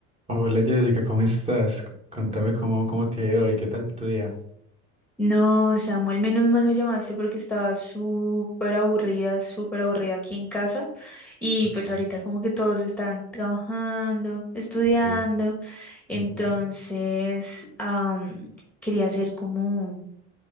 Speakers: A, on the right; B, in the centre.
A: Hola Jessica, ¿cómo estás? C- Contame cómo, cómo te ha ido hoy, qué tal tu día.
B: No, Samuel, menos mal me llamaste porque estaba súper aburrida, súper aburrida aquí en casa. Y
A: Ok,
B: pues ahorita como que todos están trabajando, estudiando.
A: sí,
B: Entonces,
A: ujú,
B: am, quería hacer como,